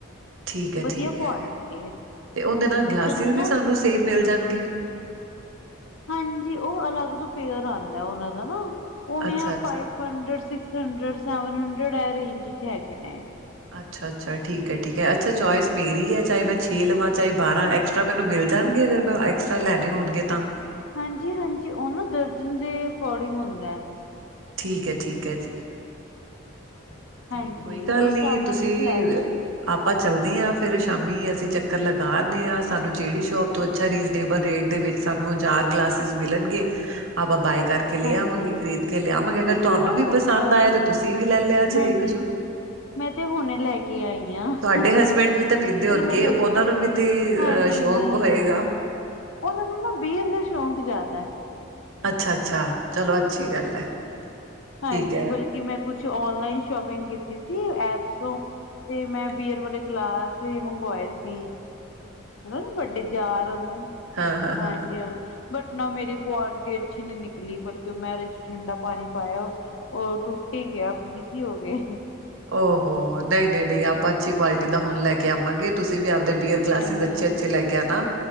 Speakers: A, on the right; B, on the left.
A: ਠੀਕ ਐ।
B: ਵਧੀਆ
A: ਠੀਕ
B: ਕੁਆਲਿਟੀ
A: ਐ
B: ਏ
A: ਤੇ ਉਹਦੇ ਨਾਲ
B: ਕੁਛ
A: ਗਲਾਸਿਸ
B: ਹੁੰਦੇ ਨਾ
A: ਵੀ ਸਾਨੂੰ ਸਹੀ ਮਿਲ ਜਾਣਗੇ।
B: ਹਾਂਜੀ ਉਹ ਅਲਗ ਤੋ ਪੇਅਰ ਆਉਦਾ ਉਹਨਾ ਦਾ ਨਾ ਉਹ ਐਵੇਂ
A: ਅੱਛਾ
B: ਆ
A: ਅੱਛਾ
B: five hundred, six hundred seven hundred ਆ ਰੇਂਜ ਵਿੱਚ ਹੈਗੇ ਨੇ।
A: ਅੱਛਾ-ਅੱਛਾ, ਠੀਕ ਐ। ਠੀਕ ਐ। ਅੱਛਾ ਚੋਇਸ ਮੇਰੀ ਹੈ ਚਾਹੇ ਮੈਂ ਛੇ ਲਵਾਂ ਚਾਹੇ ਬਾਰਾਂ ਐਕਸਟਰਾ ਮੈਨੂੰ ਮਿਲ ਜਾਣਗੇ, ਅਗਰ ਮੈਂ ਐਕਸਟਰਾ ਲੈਣੇ ਹੋਣਗੇ ਤਾਂ
B: ਹਾਂਜੀ- ਹਾਂਜੀ। ਉਹ ਨਾ ਦਰਜਨ ਦੇ ਅਕੋਰਡਿੰਗ ਹੁੰਦਾ ਹੈ।
A: ਠੀਕ ਹੈ। ਠੀਕ ਹੈ ਜੀ। ਤੇ
B: ਹਾਂਜੀ
A: ਕੋਈ ਗੱਲ
B: ਉਸ
A: ਨੀ
B: ਹਿਸਾਬ ਨਾਲ
A: ਤੁਸੀਂ
B: ਲੈ
A: ਆਪਾਂ ਚੱਲਦੇ ਹਾਂ ਫੇਰ ਸ਼ਾਮੀ। ਅਸੀਂ ਚੱਕਰ ਲਗਾ ਆਨੇ ਆਂ। ਸਾਨੂੰ ਜਿਹੜੀ ਸ਼ੋਪ ਤੋਂ ਅੱਛਾ ਰੀਜਨੇਬਲ ਰੇਟ ਦੇ ਵਿੱਚ ਸਾਨੂੰ ਹਜ਼ਾਰ ਗਲਾਸਿਸ ਮਿਲਣਗੇ, ਆਪਾਂ ਬਾਏ ਕਰਕੇ ਕੇ ਲਿਆਵਾਂਗੇ,
B: ਹਾਂਜੀ
A: ਖਰੀਦ ਕੇ ਲਿਆਵਾਂਗੇ। ਅਗਰ
B: ਤੁਸੀਂ
A: ਤੁਹਾਨੂੰ
B: ਨਾ
A: ਵੀ ਪਸੰਦ
B: ਅਹ
A: ਆਇਆ ਤੇ ਤੁਸੀਂ ਵੀ ਲੈ ਲਿਆ
B: ਹਾਂਜੀ
A: ਜੇ ਜੋ
B: ਮੈਂ ਤੇ ਹੁਣੇ ਲੈ ਕੇ ਕੇ ਆਈ ਆ।
A: ਤੁਹਾਡੇ
B: ਚਲੋ
A: ਹਸਬੈਂਡ ਵੀ ਤਾਂ ਪੀਂਦੇ ਹੋਣਗੇ
B: ਮੈਂ ਦੇਖ
A: ਉਹਨਾਂ
B: ਲੂ।
A: ਨੂੰ ਵੀ ਤੇ
B: ਹਾਂਜੀ-
A: ਅ ਸ਼ੌਕ
B: ਹਾਂਜੀ।
A: ਹੋਏਗਾ
B: ਉਹਨਾਂ ਨੂੰ ਨਾ ਬੀਅਰ ਦਾ ਸ਼ੌਕ ਜ਼ਿਆਦਾ।
A: ਅੱਛਾ- ਅੱਛਾ। ਚਲੋ ਅੱਛੀ ਗੱਲ ਹੈ।
B: ਹਾਂਜੀ
A: ਠੀਕ
B: ਬਲਕਿ ਮੈਂ ਕੁਛ ਓਨਲਾਈਨ ਸ਼ੋਪਿੰਗ ਕੀਤੀ ਸੀ ਐਪਸ ਤੋਂ ਤੇ ਮੈਂ ਬੀਅਰ ਵਾਲੇ ਗਲਾਸ ਵੀ ਮੰਗਵਾਏ ਸੀ। ਮਤਲ ਵੱਡੇ ਯਾਰ ਆਦੇ ਨੇ।
A: ਹਾਂ ਹਾਂ ਹਾਂ
B: ਹਾਂਜੀ-
A: ਹਾਂ।
B: ਹਾਂਜੀ। ਬਟ ਨਾ ਮੇਰੀ ਕੁਆਲਿਟੀ ਅੱਛੀ ਨੀ ਨਿਕਲੀ। ਬਲਕਿ ਉਹ ਮੈਂ ਇਹਦੇ ਚ ਠੰਡਾ ਪਾਣੀ ਪਾਇਆ ਉਹ ਟੁੱਟ ਹੀ ਗਿਆ। ਪੀਸੀ ਹੋ ਗਏ।
A: ਓਹੋ। ਨਹੀਂ-ਨਹੀਂ -ਨਹੀਂ। ਆਪਾਂ ਅੱਛੀ ਕੁਆਲਿਟੀ ਦਾ ਹੁਣ ਲੈ ਕੇ ਆਵਾਂਗੇ। ਤੁਸੀਂ ਵੀ ਆਪਦੇ ਬੀਅਰ ਗਲਾਸਿਸ
B: ਹਾਂਜੀ
A: ਅੱਛੇ-ਅੱਛੇ
B: ਹਾਂਜੀ
A: ਲੈ ਕੇ ਆਣਾ।